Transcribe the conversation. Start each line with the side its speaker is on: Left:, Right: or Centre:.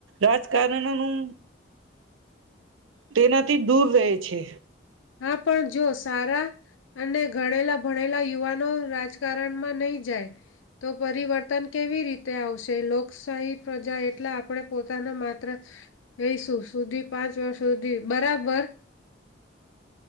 Right: રાજકારણોનું તેનાથી દૂર રહે છે.
Left: હા પણ જો સારા, અને ગણેલા ભણેલા યુવાનો રાજકારણમાં નહી જાય તો પરિવર્તન કેવી રીતે આવશે, લોકશાહી પ્રજા એટલે આપણે પોતાના માત્ર, રહીશું સુધી પાંચ વર્ષ સુધી બરાબર